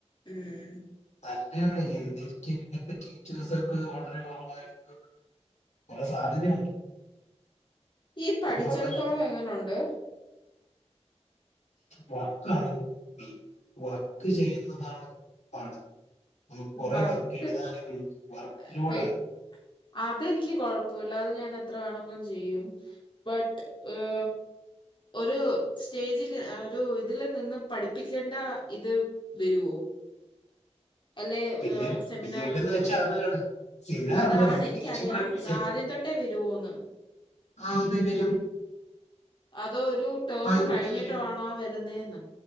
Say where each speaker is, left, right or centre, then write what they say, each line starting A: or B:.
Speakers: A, on the left; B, on the left.
A: ഉം
B: നല്ലയാണ് ഹിന്ദിക്കിന്നിപ്പ ടീച്ചേഴ്സൊക്കെ വളരെ കൊറവായിരുന്നു കൊറെ സാധ്യതയുണ്ട്
A: ഈ പഠിച്ചെടുത്തോളം
B: അത് നോക്കാൻ
A: എങ്ങനുണ്ട്
B: വർക്കാണ് മെയിൻ വർക്ക് ചെയ്യുന്നതാണ് പാട് നമുക്ക് കുറെ
A: വർക്ക്
B: എഴുതാനും വർക്ക്
A: <unintelligible>
B: ലോഡാണ്
A: അതെനിക്ക് കൊഴപ്പൂല്ല അത് ഞാന് എ എത്ര വേണങ്കിലും ചെയ്യും ബട്ട് <unintelligible> ഒരു സ്റ്റേജിജ് അ ഒരു ഇതില് നിന്ന് പഠിപ്പിക്കേണ്ട ഇത് വെരുവോ അല്ലെ
B: പിന്നെ
A: ഉം സെമിനാറ്
B: ബി എഡ് എന്ന് വെച്ചാൽ അതാണ് സെമിനാർ
A: അതാണ്
B: അല്ല നമുക്ക്
A: എനിക്കറിയാം
B: ടീച്ചിങ് പ്രാക്ടീസ്
A: ആദ്യം തൊട്ടേ വരുവോന്ന്
B: ആഹ് അതെ <unintelligible>
A: അതോ ഒരു ടേം
B: <unintelligible>
A: കഴിഞ്ഞിട്ടാണോ വരുന്നേന്ന്